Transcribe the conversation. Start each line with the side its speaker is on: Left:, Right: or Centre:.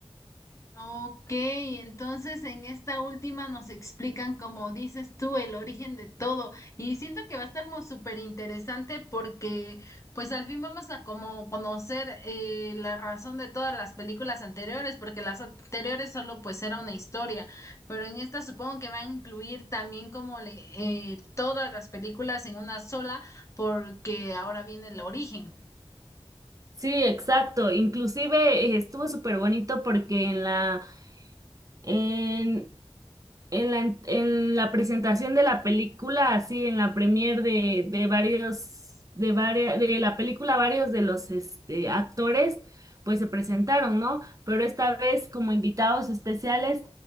Left: Ok, entonces en esta última nos explican, como dices tú, el origen de todo. Y siento que va a estar muy súper interesante porque pues al fin vamos a como conocer eh, la razón de todas las películas anteriores, porque las anteriores solo pues era una historia, pero en esta supongo que va a incluir también como le- eh, todas las películas en una sola porque ahora viene el origen.
Right: Sí, exacto. Inclusive eh, estuvo súper bonito porque en la En, en la, en la presentación de la película, así en la premier de, de varios, de varias, de la película, varios de los este, actores, pues se presentaron, ¿no? Pero esta vez, como invitados especiales,